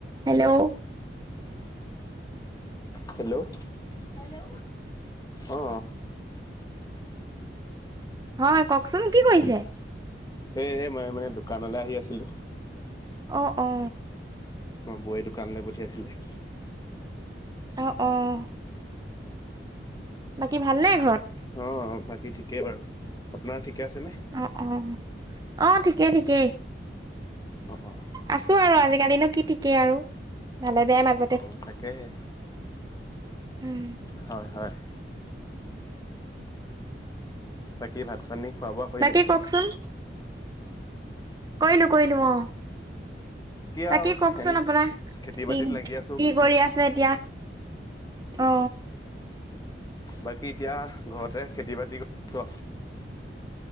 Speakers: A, on the right; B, on the left.
A: হেল্ল'
B: হেল্ল' হেল্ল' অ'।
A: হয় কওকচোন কি কৰিছে?
B: এ এ মই মানে দোকানলে আহি আছিলোঁ।
A: অ, অ,
B: আমাৰ বৌৱে দোকানলে পঠিয়াইছিলে।
A: অ', অ'। বাকী ভালনে ঘৰত?
B: অঁ বাকী ঠিকে বাৰু, আপোনাৰ ঠিকে আছেনে?
A: অ', অ', অ', ঠিকে, ঠিকে।
B: অ অ।
A: আছো আৰু আজিকালিনো কি ঠিকে আৰু। ভালে বেয়া মাজ
B: অ তাকেহে
A: উম,
B: হয় হয়। বাকী ভাত-পানী খুৱা বোৱা, কৰিলে
A: বাকী কওঁকচোন। কৰিলোঁ কৰিলোঁ অ। বাকী
B: আৰু
A: কওকচোন
B: এনে
A: আপোনাৰ
B: খেতি বাতিত
A: ই
B: লাগি
A: কি
B: আছোঁ
A: কৰি আছে এতিয়া। অ,
B: কয় কি এতিয়া, ঘৰতে খেতি-বাতি কৰিছো আৰু।